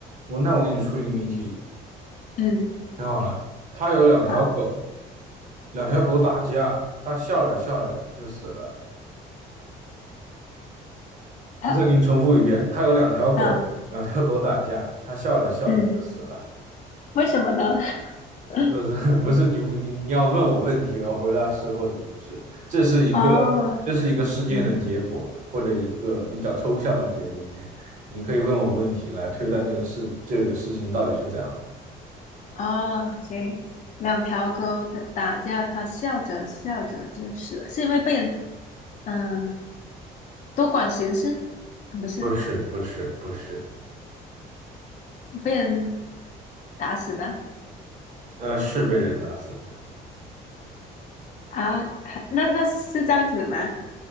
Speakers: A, on the right; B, on the left.
A: 我那我给你出一个谜题，
B: 嗯，
A: 听好了。他有两条狗，
B: 好，
A: 两条狗打架，他笑着笑着就死了。
B: 呃
A: 我再给你重复一遍，他有两条狗，
B: 嗯
A: 两条狗打架，他笑着笑着就死了。
B: 嗯，为什么呢？
A: <laughs>
B: <laughs>
A: 不是不是，你你你要问我问题，我回答是或者不是，这是一个
B: 哦，
A: 这是一个事件的结果，
B: 嗯，
A: 或者一个比较抽象的结果。你也你可以问我问题来推断这个事这个事情到底是怎样的。
B: 哦，行，两条狗打打架，它笑着笑着就死了，是因为被人嗯多管闲事，不是
A: 不是不是不是，
B: 被人打死的
A: 呃，是被人打死的，
B: 啊？还那那是这样子的吗？